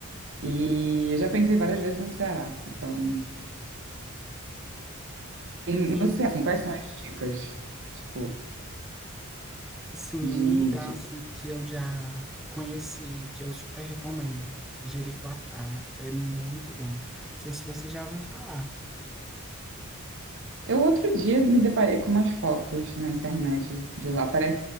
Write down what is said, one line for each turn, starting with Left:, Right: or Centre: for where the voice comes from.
Right: E eu já pensei várias vezes no Ceará. Então,
Centre: Sim,
Right: no Ceará, assim, quais são as dicas? Tipo,
Centre: sim,
Right: de,
Centre: um lugar
Right: de...
Centre: assim, que eu já conheci, que eu super recomendo, Jericoacoara, é muito bom. Não sei se você já ouviu falar.
Right: Eu outro dia me deparei com umas fotos na internet de lá. Parece